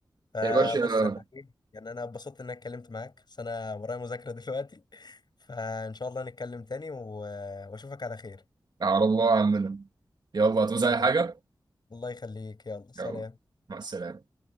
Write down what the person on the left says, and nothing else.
فبص
أنا إيه يعني أنا اتبسطت إن أنا اتكلمت معاك بس أنا ورايا مذاكرة دلوقتي <laughs> فإن شاء الله نتكلم تاني و- وأشوفك على خير
<laughs> يلا
الله يخليك يلا سلام